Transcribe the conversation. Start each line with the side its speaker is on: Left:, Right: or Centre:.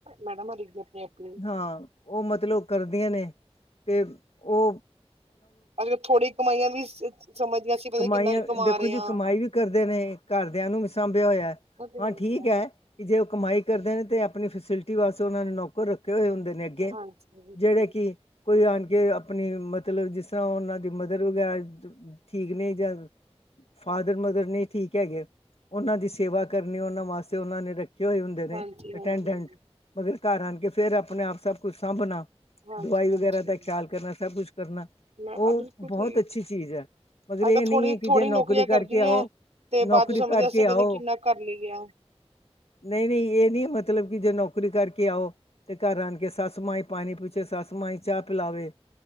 Right: ਮੈਡਮ ਹਰੀ ਦੀ ਆਪਣੀ-ਆਪਣੀ।
Left: ਹਾਂ ਓ ਮਤਲਬ ਕਰਦੀਆਂ ਨੇ ਤੇ ਓ
Right: ਅੱਜ ਕੱਲ ਥੋੜ੍ਹੀ ਕਮਾਈਆਂ ਵੀ ਸ ਸਮਝਦੇ ਆ ਅਸੀਂ ਪਤਾ
Left: ਕਮਾਈਆਂ
Right: ਨੀ ਕਿੰਨਾ ਕੁ ਕਮਾ
Left: ਦੇਖੋ
Right: ਰਏ
Left: ਜੀ
Right: ਆਂ।
Left: ਕਮਾਈ ਵੀ ਕਰਦੇ ਨੇ, ਘਰਦਿਆਂ ਨੂੰ ਵੀ ਸਾਂਭੇਆ ਹੋਏਐ।
Right: ਉਹ ਤੇ
Left: ਹਾਂ,
Right: ਹੈ ਹੀ
Left: ਠੀਕ
Right: ਹੈ,
Left: ਐ। ਕਿ ਜੇ ਓ ਕਮਾਈ ਕਰਦੇ ਨੇ ਤੇ ਆਪਣੀ ਫਸਿਲਟੀ ਵਾਸਤੇ ਓਨਾਂ ਨੇ ਨੌਕਰ ਰੱਖੇ ਹੋਏ ਹੁੰਦੇ ਨੇ ਅੱਗੇ
Right: ਹਾਂਜੀ ਬਿਲਕੁਲ
Left: ਜੇੜੇ ਕਿ ਕੋਈ ਆਨ ਕੇ ਆਪਣੀ ਮਤਲਬ ਜਿਸ ਤਰ੍ਹਾਂ ਓਨਾਂ ਦੀ ਮਦਦ ਵਗੈ ਠੀਕ ਨੀ <unintelligible> ਫਾਦਰ, ਮਦਰ ਨੀ ਠੀਕ ਹੈਗੇ, ਓਨਾਂ ਦੀ ਸੇਵਾ ਕਰਨੀ, ਓਨਾਂ ਵਾਸਤੇ ਓਨਾਂ ਨੇ ਰੱ ਖ਼ੇ ਹੋਏ ਹੁੰਦੇ ਨੇ
Right: ਹਾਂਜੀ-ਹਾਂਜੀ।
Left: ਅਟੈਂਡੈਂਟ ਮਗਰ ਘਰ ਆਨ ਕੇ ਫੇਰ ਆਪਣੇ ਆਪ ਸਭ ਕੁਛ ਸਾਂਭਨਾ
Right: ਹਾਂਜੀ-ਹਾਂਜੀ,
Left: ਦਵਾਈ ਵਗੈਰਾ ਦਾ ਖਿਆਲ ਕਰਨਾ, ਸਭ ਕੁਛ ਕਰਨਾ
Right: ਮੈਂ
Left: ਓ
Right: ਆ ਬਿਲਕੁਲ
Left: ਬੋਹੋਤ
Right: ਸਹੀ
Left: ਅੱਛੀ ਚੀਜ਼ ਐ। ਮਗਰ
Right: ਅੱਜ-ਕੱਲ
Left: ਏ ਨੀ
Right: ਥੋੜੀ-ਥੋੜ੍ਹੀ
Left: ਐ ਕਿ ਜੇ ਨੌਕਰੀ
Right: ਨੌਕਰੀਆਂ ਕਰਦੀ
Left: ਕਰਕੇ ਆਓ
Right: ਹੈ। ਤੇ
Left: ਨੌਕਰੀ
Right: ਬਾਅਦ ਚੋਂ ਸਮਝਦੇ
Left: ਕਰਕੇ
Right: ਅਸੀਂ ਪਤਾ
Left: ਆਓ
Right: ਨੀ ਕਿੰਨਾ ਕਰ ਲਈਏ।
Left: ਨਈ-ਨਈ ਏ ਨੀ ਮਤਲਬ ਕਿ ਜੇ ਨੌਕਰੀ ਕਰਕੇ ਆਓ ਤੇ ਘਰ ਆਨ ਕੇ ਸੱਸ ਮਾਂ ਈ ਪਾਣੀ ਪੁੱਛੇ, ਸੱਸ ਮਾਂ ਈ ਚਾਅ ਪਿਲਾਵੇ,